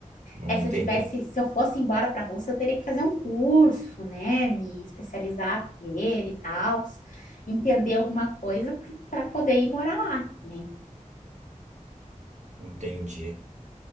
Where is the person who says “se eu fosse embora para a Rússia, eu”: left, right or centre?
Left